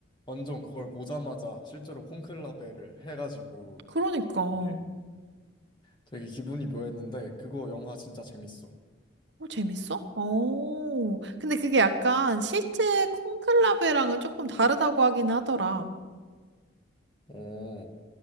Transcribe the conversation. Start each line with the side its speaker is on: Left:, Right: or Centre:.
Left: 완전 그걸 보자마자 실제로 콘클라베를 해가지고
Right: 그러니까. 어,
Left: 되게 되게 기분이 묘했는데 그거 영화 진짜 재밌어.
Right: 재밌어? 어. 근데 그게 약간 실제 콩클라베랑은 조금 다르다고 하긴 하더라.
Left: 어,